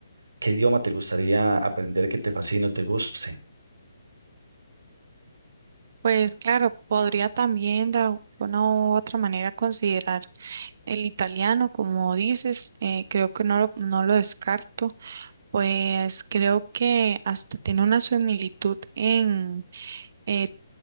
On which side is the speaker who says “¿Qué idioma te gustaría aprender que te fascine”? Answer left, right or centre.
Right